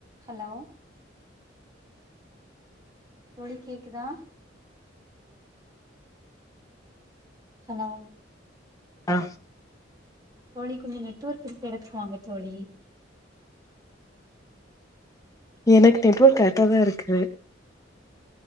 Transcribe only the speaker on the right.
hello தோழி கேக்குதா hello
தோழி கொஞ்சோ நெட்ஒர்க் இருக்க எடத்துக்கு வாங்க தோழி